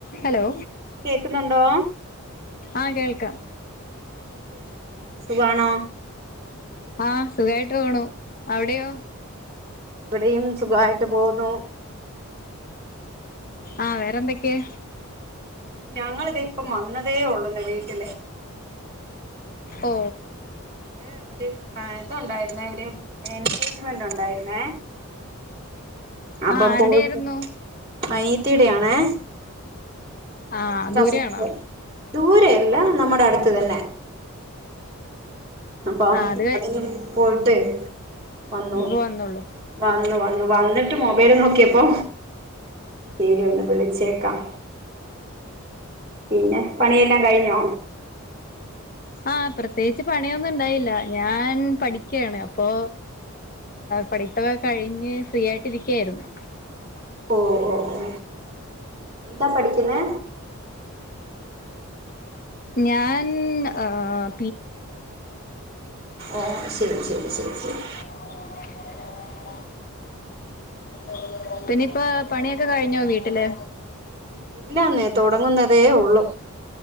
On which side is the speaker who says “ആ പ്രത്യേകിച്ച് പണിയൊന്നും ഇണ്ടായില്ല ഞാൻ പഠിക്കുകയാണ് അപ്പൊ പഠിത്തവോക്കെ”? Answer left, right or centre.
Left